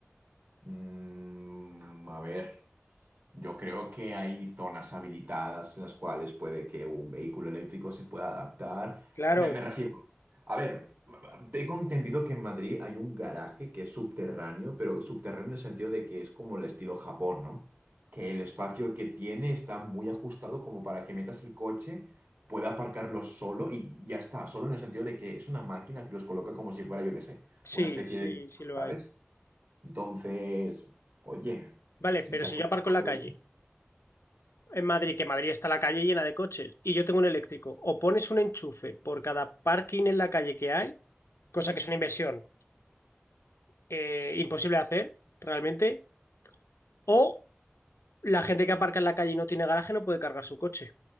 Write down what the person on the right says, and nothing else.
Mm, a ver, yo creo que hay zonas habilitadas en las cuales puede que un vehículo eléctrico se pueda adaptar.
Me, me refiero A ver, tengo entendido que en Madrid hay un garaje que es subterráneo, pero subterráneo en el sentido de que es como el estilo Japón, ¿no? Que el espacio que tiene está muy ajustado como para que metas el coche, pueda aparcarlo solo y ya está, solo en el sentido de que es una máquina que los coloca como si fuera, yo qué sé,
una especie
de nicho,
¿sabes?
Entonces, oye,
si
se
hace
un
montón